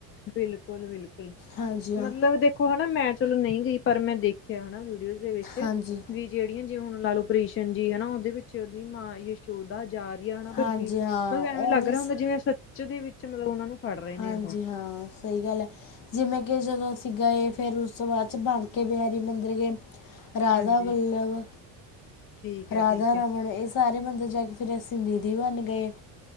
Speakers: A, on the left; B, on the left.
A: ਬਿਲਕੁਲ-ਬਿਲਕੁਲ,
B: ਹਾਂਜੀ ਹਾਂ
A: ਮਤਲਬ ਦੇਖੋ ਹਨਾ ਮੈਂ ਚਲੋ ਨਈ ਗਈ ਪਰ ਮੈਂ ਦੇਖਿਆ ਹਨਾ ਵੀਡੀਓਜ ਦੇ ਵਿੱਚ
B: ਹਾਂਜੀ
A: ਵੀ ਜੇਹੜੀ ਜਿਵੇੰ ਹੁਣ ਲਾਲੋ ਕ੍ਰਿਸ਼ਨ ਜੀ ਹਨਾ, ਔਦੇ ਵਿੱਚ ਔਦੀ ਮਾਂ ਯਸ਼ੋਦਾ ਜਾ <unintelligible>
B: ਹਾਂਜੀ ਹਾਂ
A: ਮਤਲਬ ਐਵੇਂ
B: ਉਵੇਂ
A: ਲੱਗ ਰੇਹਾ
B: ਸ
A: ਹੁੰਦਾ, ਜਿਵੇਂ ਸੱਚ ਦੇ ਵਿੱਚ ਮਲਬ ਔਹਨਾਂ ਨੂੰ ਫੜ ਰਹੇ
B: ਹਾਂਜੀ
A: ਨੇ ਉਹ
B: ਹਾਂ। ਸਈ ਗੱਲ ਏ, ਜਿਵੇਂ ਕਿ ਜਦੋਂ ਅਸੀਂ ਗਏ, ਫਿਰ ਉਸ ਤੋਂ ਬਾਅਦ, ਚ ਬਣ ਕੇ ਬਿਹਾਰੀ ਮੰਦਿਰ ਗਏ। ਰਾਜਾ
A: ਹਾਂਜੀ
B: ਗੁਲਵ,
A: ਠੀਕ ਹੈ
B: ਰਾਧਾ
A: ਠੀਕ
B: ਰਾਵਣ
A: ਹੈ
B: ਏਹ ਸਾਰੇ ਬੰਦੇ <unintelligible> <unintelligible> ਦੀਦੀ ਬਣ ਗਏ।